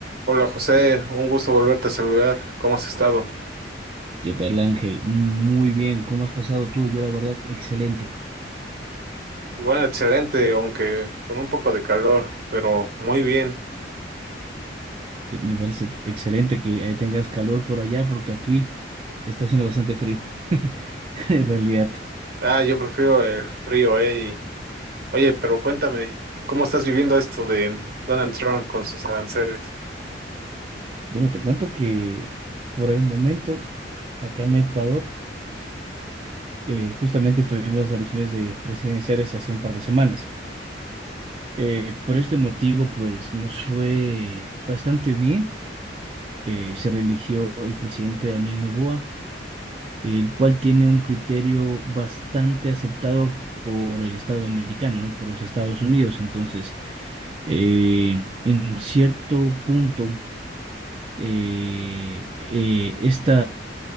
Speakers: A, on the right (about 55°); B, on the right (about 30°).
A: Hola José, un gusto volverte a saludar. ¿Cómo has estado?
B: ¿Qué tal, Ángel? Muy bien, ¿cómo has pasado tú? Yo, la verdad, excelente.
A: Bueno, excelente, aunque con un poco de calor, pero muy bien.
B: Te- Me parece excelente que eh, tengas calor por allá porque aquí está haciendo bastante frío, <laughs> en realidad.
A: Ah, yo prefiero el frío, eh. y- Oye, pero cuéntame, ¿cómo estás viviendo esto de Donald Trump con sus aranceles?
B: Bueno, te cuento que por el momento, acá en Ecuador, eh, justamente tuvimos las elecciones de presidenciales hace un par de semanas. Eh, por este motivo, pues nos fue bastante bien. Eh, se reeligió el presidente Daniel Noboa. el cual tiene un criterio bastante aceptado por el Estado americano, ¿no? Por los Estados Unidos. Entonces, eh, en cierto punto, eh, eh, este